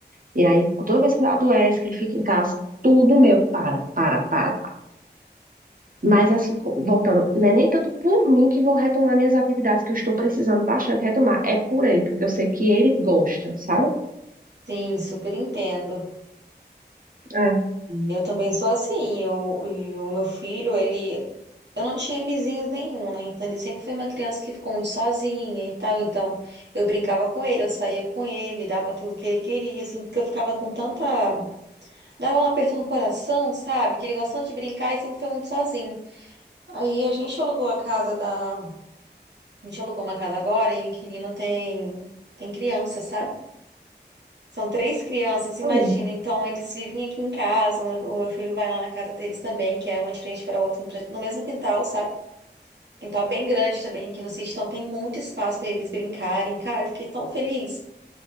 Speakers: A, on the right; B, on the right.
A: e aí toda vez que ele adoece, que ele fica em casa, tudo meu para, para, para. para. Mas assim, co- voltando, não é nem tanto por mim que vou retomar minhas atividades que eu estou precisando bastante retomar, é por ele, porque eu sei que ele gosta, sabe?
B: sim, super entendo.
A: É.
B: Eu também sou assim. Eu, e o meu filho, ele. Eu não tinha vizinhos nenhum, né? Então ele sempre foi uma criança que ficou muito sozinha e tal. Então eu brincava com ele, eu saía com ele, dava tudo que ele queria, assim, porque eu ficava com tanta. Dava um aperto no coração, sabe? Que ele gostava de brincar e sempre foi muito sozinho. Aí a gente alugou a casa da. A gente alugou uma casa agora e o inquilino tem. Tem criança, sabe? São três crianças, imagina.
A: Oh,
B: Então, eles vivem aqui em casa. O meu o meu filho vai lá na casa deles também, que é uma de frente para outra, no pre- no mesmo quintal, sabe? Quintal bem grande também aqui no sítio, então tem muito espaço para eles brincarem. Cara, eu fiquei tão feliz